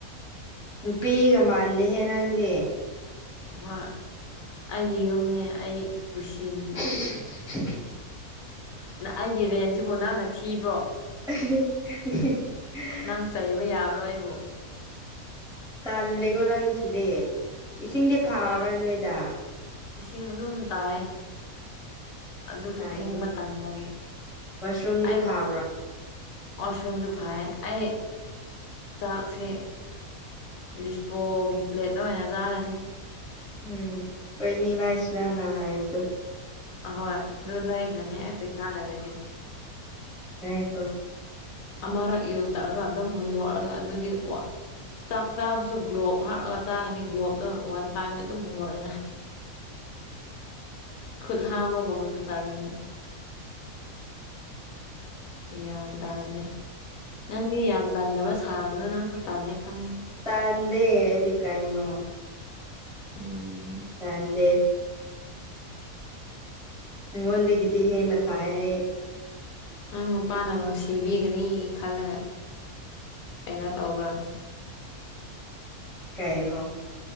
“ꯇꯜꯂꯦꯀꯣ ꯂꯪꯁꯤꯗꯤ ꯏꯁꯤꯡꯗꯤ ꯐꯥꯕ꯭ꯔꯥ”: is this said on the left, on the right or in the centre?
Centre